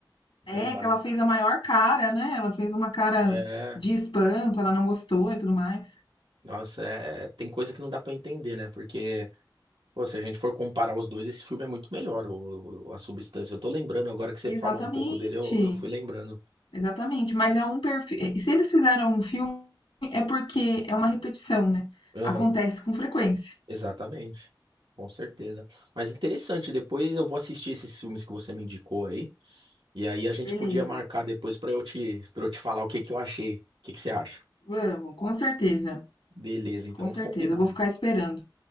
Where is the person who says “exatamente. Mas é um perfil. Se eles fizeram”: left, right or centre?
Left